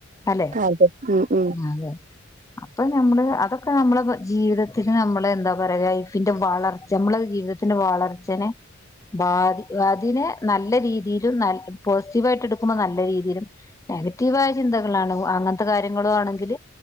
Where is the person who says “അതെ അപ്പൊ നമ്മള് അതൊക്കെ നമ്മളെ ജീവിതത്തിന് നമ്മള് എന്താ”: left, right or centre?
Left